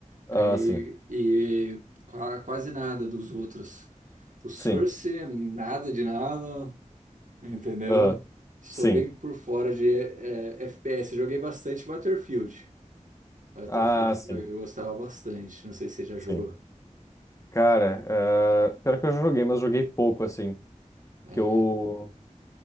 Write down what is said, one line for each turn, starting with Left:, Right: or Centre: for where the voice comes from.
Left: Ah,
Right: Aí,
Left: sim,
Right: E, qua- quase nada dos outros. O Source,
Left: sim,
Right: nada de nada. entendeu?
Left: ah,
Right: Sou
Left: sim,
Right: bem por fora de é, é, FPS. Joguei bastante Battlefield. Battlefield
Left: ah, sim,
Right: eu, eu gostava bastante. Não sei se você já jogou.
Left: sim. Cara, ah, pior que eu já joguei, mas joguei pouco, assim.
Right: É,
Left: Que eu